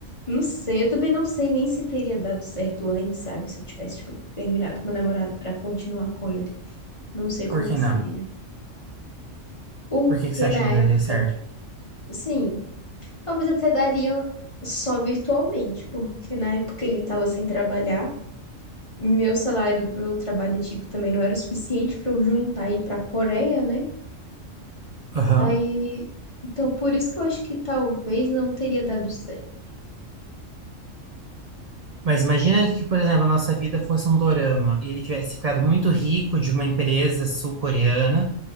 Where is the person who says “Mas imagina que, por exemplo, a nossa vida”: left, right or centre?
Right